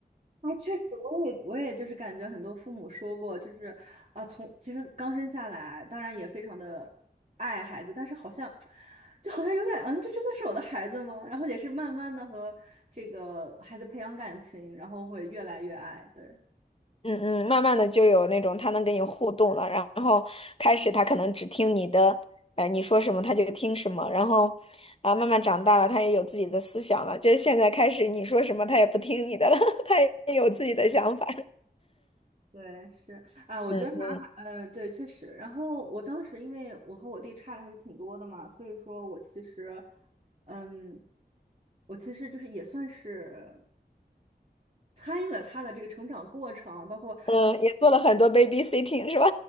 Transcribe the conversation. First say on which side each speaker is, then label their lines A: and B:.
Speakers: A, on the right; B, on the left.
A: 啊，确实，我也我也就是感觉很多父母说过，就是啊，从其实刚生下来，当然也非常的爱孩子，但是好像就好像有点，嗯，这真的是我的孩子吗？然后也是慢慢的和这个孩子培养感情，然后会越来越爱，对。
B: 嗯嗯，慢慢的就有那种他能跟你互动了，然后开始他可能只听你的，呃，你说什么他就听什么，然后啊，慢慢长大了，他也有自己的思想了，就是现在开始你说什么他也不听你的了，<laughs> 他也有自己的想法。
A: 对，是啊，我觉得男孩，
B: 嗯
A: 呃，对，确实。然后我当时因为我和我弟差的还是挺多的嘛，所以说我其实，嗯，我其实就是也算是参与了他的这个成长过程，包括
B: 嗯，也做了很多 babysitting 是吧？